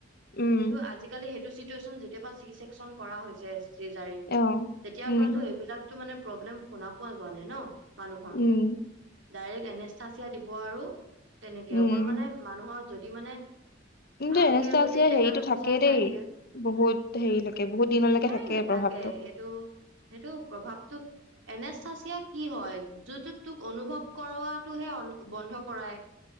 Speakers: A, on the left; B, on the right.
A: উম
B: কিন্তু আজিকালি সেইটো চিটুৱেশচন যেতিয়া পা চিচেকচন কৰা হৈছে চিজাৰিন
A: অ
B: তেতিয়াৰ
A: উম
B: পৰাতো এইবিলাকতো মানে প্ৰব্লেম শুনা পোৱা যোৱা নাই ন মানুহৰ।
A: উম
B: ডাইৰেক্ট এনেষ্টাচিয়া দিব আৰু তেনেকে
A: উম
B: অকল মানে মানুহৰ যদি মানে
A: কিন্তু
B: ভালকে
A: এনে আছিয়
B: যদি টেঙাটো
A: হেৰিতটো
B: মোচাই
A: থাকেই দেই
B: খাই দিয়ে
A: বহুত হেৰিলৈকে বহুত দিনলৈকে
B: এ
A: থাকে
B: নাথাকে
A: প্ৰভাৱ।
B: সেইটো সেইটো প্ৰভাৱটো এনে চাচিয়া কি হয় যোনটোত তোক অনুভৱ কৰাৱটোহে বন্ধ কৰায়।